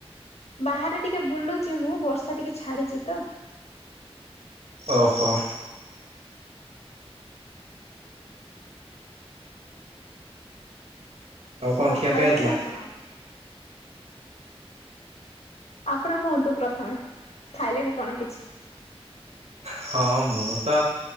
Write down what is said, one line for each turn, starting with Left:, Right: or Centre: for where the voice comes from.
Left: ବାହାରେ ଟିକେ ବୁଲୁଚି ମୁଁ ବର୍ଷା ଟିକେ ଛାଡିଚି ତ।
Right: ଓହୋ। କଣ
Left: ଆଉ
Right: ଖିଆପିଆ
Left: ଖାଇଲେଣି
Right: ହେଇଥିଲା?
Left: ଆପଣ? ଆପଣ କୁହନ୍ତୁ ପ୍ରଥମେ। ଖାଇଲେଣି କଣ କିଛି?
Right: ହଁ ମୁଁ ତ